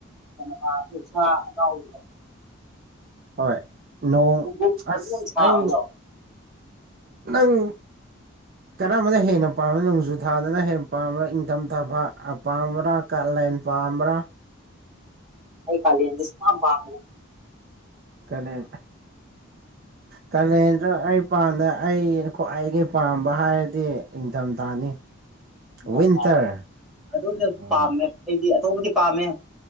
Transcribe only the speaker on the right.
ꯍꯣꯏ ꯅꯣꯡ
ꯑꯁ
ꯑꯩ ꯅꯪ ꯀꯔꯝꯕꯅ ꯍꯦꯟꯅ ꯄꯥꯝꯃꯤ ꯅꯣꯡꯖꯨ ꯊꯥꯗꯅ ꯍꯦꯟ ꯄꯥꯝꯕꯔꯥ ꯏꯪꯊꯝꯊꯥ ꯄꯥ ꯑꯄꯥꯝꯕꯔꯥ ꯀꯥꯂꯦꯟ ꯄꯥꯝꯕ꯭ꯔꯥ
ꯀꯂꯦꯟ ꯀꯥꯂꯦꯟ ꯑ ꯑꯩ ꯄꯥꯝꯗꯦ ꯑꯩꯅ ꯈ꯭ꯋꯥꯏꯗꯒꯤ ꯄꯥꯝꯕ ꯍꯥꯏꯔꯗꯤ ꯏꯪꯊꯝꯊꯥꯅꯤ
ꯋꯤꯟꯇꯔ
ꯑꯥ